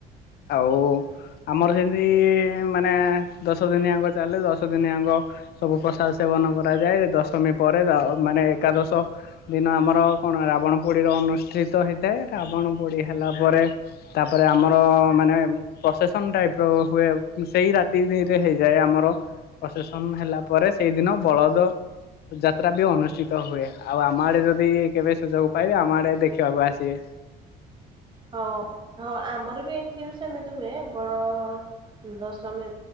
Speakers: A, on the left; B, on the right.
A: ଆଉ ଆମର ସେମିତି ମାନେ ଦଶ ଦିନିଆ ଗ ତାହେଲେ ଦଶଦିନି ଆଙ୍କ। ସବୁ ପ୍ରସାଦ ସେବନ କରାଯାଏ, ଦଶମୀ ପରେ ତା ମାନେ ଏକାଦଶ। ଦିନ ଆମର ରାବଣ ପୋଡି ର ଅନୁଷ୍ଟିତ ହୋଇଥାଏ ରାବଣ ପୋଡ଼ି ହେଲା ପରେ ତାପରେ ଆମର ମାନେ ପ୍ରସେସନ ଟାଇପ ର ହୁଏ ସେଇ ରାତିରେ ହେଇଯାଏ ଆମର। ପ୍ରଶେସନ ହେଲା ପରେ ସେଇଦିନ ବଳଦ, ଯାତ୍ରା ବି ଅନୁଷ୍ଠିତ ହୁଏ ଆଉ ଆମ ଆଡେ ଯଦି କେବେ ସୁଯୋଗ ପାଇବେ ଆମ ଆଡେ ଦେଖିବାକୁ ଆସିବେ।
B: ହଉ ହଉ ଆମର ବି ଏଠି ବି ସେମିତି ହୁଏ ବଡ ଦଶମୀ